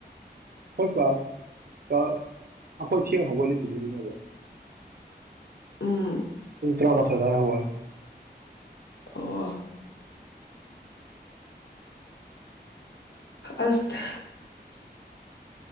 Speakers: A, on the right (about 65°); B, on the left (about 75°).
A: ꯍꯣꯏ ꯄꯥꯁ ꯑꯩꯈꯣꯏ ꯊꯦꯡ ꯍꯒꯠꯂꯤꯁꯤꯅꯤ ꯑꯗꯨꯅꯦꯕ
B: ꯎꯝ
A: ꯏꯇꯅꯥ ꯃꯁꯥꯗꯥꯥ ꯍ
B: ꯑꯣ ꯑꯁ